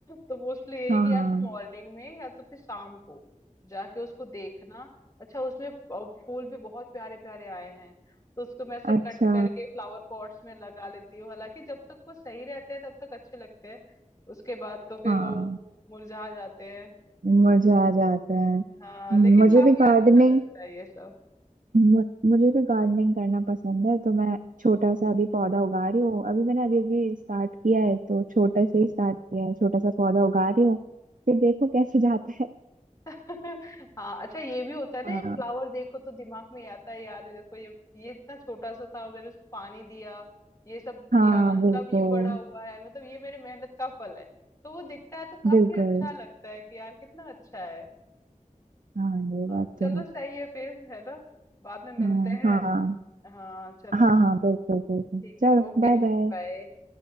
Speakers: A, on the left (about 25°); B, on the right (about 85°).
A: तो मोस्टली यही
B: हाँ
A: है कि या
B: हाँ
A: तो मॉर्निंग में या तो फिर शाम को जाके उसको देखना अच्छा उसमें अ, फूल भी बहुत प्यारे प्यारे आए हैं तो उसको मैं ऐसे कट
B: अच्छा
A: करके फ्लावर पॉट्स में लगा लेती हूँ हालांकि जब तक वो सही रहते हैं तब तक अच्छे लगते हैं उसके बाद तो फिर
B: हाँ
A: वो मुरझा जाते हैं
B: मजा आ जाता है हम्म,
A: हाँ लेकिन
B: मुझे
A: काफी
B: भी गार्डनिंग
A: अच्छा लगता है ये सब
B: मु- मुझे भी गार्डनिंग करना पसंद है तो मैं छोटा सा अभी पौधा उगा रही हूँ अभी मैंने अभी अभी स्टार्ट किया है तो छोटे से ही स्टार्ट किया है छोटा सा पौधा उगा रही हूँ फिर देखो कैसे जाता है
A: <laughs> हाँ अच्छा ये भी होता है ना
B: हाँ
A: एक फ्लावर देखो तो दिमाग में आता है यार ये देखो ये ये इतना छोटा सा था मैंने उसको पानी दिया ये सब
B: हाँ
A: किया ना
B: बिल्कुल
A: तब ये बड़ा हुआ है मतलब ये मेरी मेहनत का फल है तो वो दिखता है तो काफी
B: बिल्कुल
A: अच्छा लगता है कि यार कितना अच्छा है
B: हाँ ये
A: हाँ,
B: बात
A: चलो
B: तो है
A: सही है फिर है ना बाद में मिलते
B: हाँ
A: हैं
B: हाँ
A: हाँ चलो
B: हाँ हाँ बिल्कुल बिल्कुल
A: ठीक
B: चलो
A: है ओके
B: बाय बाय
A: बाय